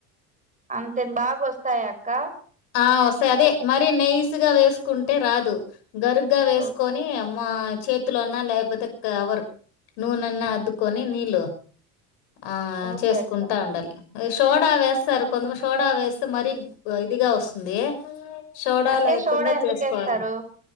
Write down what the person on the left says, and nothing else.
ఆ వస్తాయి అదే మరి నై స్ గా వేసుకుంటే రాదు గరుగ్గా వేసుకొనీ
మా చేతులో అన్నా లేకపోతే కవర్ నూనెన్నా అద్దుకొని నీళ్ళు ఆ
చేసుకుంటా
ఉండాలి షోడా వేస్తారు కొంతమంది షోడా వేస్తే మరీ ఇదిగా వస్తుంది సోడా
లేకుండా
చేసుకోవాలి